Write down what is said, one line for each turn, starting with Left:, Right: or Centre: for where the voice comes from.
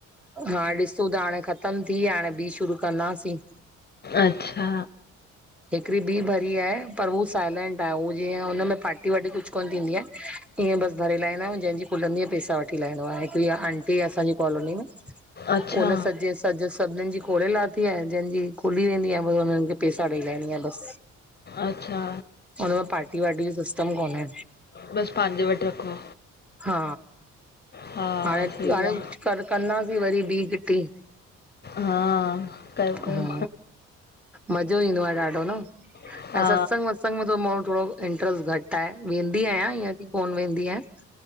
Centre: हा ॾिस सूद हाणे ख़तम थी आ हाणे बि शुरू कंदासीं।
Left: अच्छा।
Centre: हिकड़ी ॿी भरी आये पर हू साइलेंट आये हूअ जीअं हुन में पार्टी वा्टी कुझ कोन थींदी आये। इअं बस भरे लाहींदायूं जंहिंजी खुलंदी आ पैसा वठी लाहंदो आ हिकड़ी आंटी आ असांजी कॉलोनी में।
Left: अच्छा
Centre: हुनन सॼऐ सॼ सभिनीनि जी खोले लाथी आहे जंहिंजी खुली वेंदी आहे हुनन पैसा ॾईलायिंदीया बस
Left: अच्छा
Centre: हुनमें पार्टी वार्टी जो सिस्टम कोने।
Left: बसि पंहिंजे वटि रखो
Centre: हा
Left: हा
Centre: हाणे
Left: सही
Centre: हाणे
Left: आ
Centre: कर कंदासीं वरी ॿीं किटी।
Left: हा कयो-कयो।
Centre: हा मज़ो ईंदो आ ॾाढो न
Left: हा
Centre: ऐं सत्संग वत्संग में थो मुझो थोरो इंट्र्स्ट घट ताय वेंदी आहियां ईअं की कोन वेंदी आहियां।